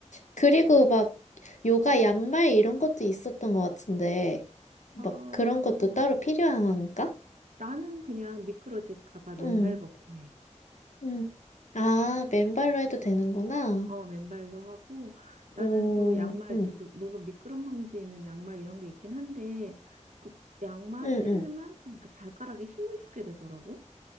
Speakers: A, on the left; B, on the right.
A: 그리고 막 요가 양말 이런 것도 있었던 것 같은데 막
B: 어,
A: 그런 것도 따로 필요한가?
B: 나는 그냥 미끄러질까 봐 맨발
A: 응,
B: 벗고 해.
A: 응. 아, 맨발로 해도 되는구나.
B: 어, 맨발로 하고 나는
A: 오,
B: 또 양말
A: 응,
B: 이렇게 물- 물론 미끄럼방지 있는 양말 이런 게 있긴 한데 그 양말을
A: 응,
B: 신으면
A: 응.
B: 좀 이렇게 발가락에 힘을 주게 되더라고.